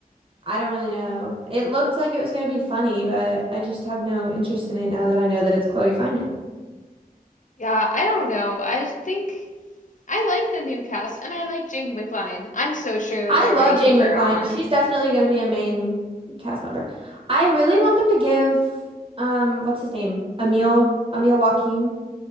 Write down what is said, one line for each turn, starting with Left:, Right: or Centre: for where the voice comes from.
Right: I don't really know. It looked like it was going to be funny, but I just have no interest in it now that I know that it's Chloe Fineman.
Left: Yeah, I don't know. I just think I like the new cast, and I like Jane Wickline. I'm so sure that
Right: I
Left: they're
Right: love
Left: gonna keep
Right: Jane Wickline.
Left: her on.
Right: She's definitely going to be a main cast member. I really want them to give um what's his name? Emil Emil Joachim.